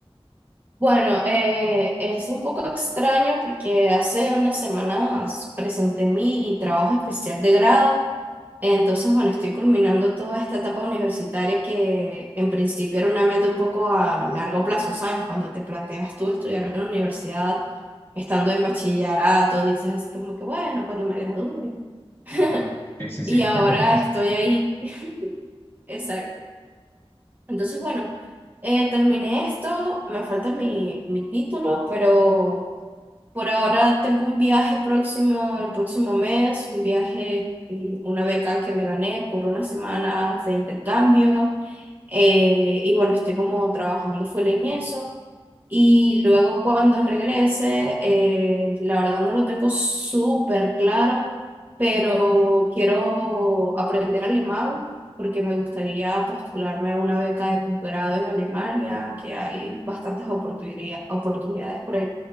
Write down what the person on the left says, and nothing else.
Ujú. Sí, sí, sí.
<laughs>